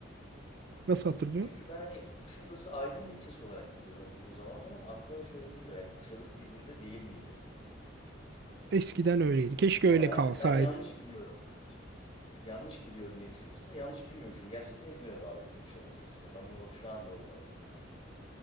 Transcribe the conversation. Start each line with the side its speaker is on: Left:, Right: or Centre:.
Right: Nasıl hatırlıyor?
Left: Çünkü ben hani Kuşadası Aydın'ın ilçesi olarak biliyorum hep uzun zamandır ama aklımda da şöyle biliyorum. Hep Kuşadası İzmir'de değil miydi?
Right: Eskiden öyleydi. Keşke
Left: Ama
Right: öyle
Left: herhalde
Right: kalsaydı.
Left: ben yanlış biliyorum. yanlış biliyorum diye düşünüyorum. Aslında yanlış bilmiyormuşum. Gerçekten İzmir'e bağlıymış Kuşadası eskiden. Ben bunu bak şu an doğruladım.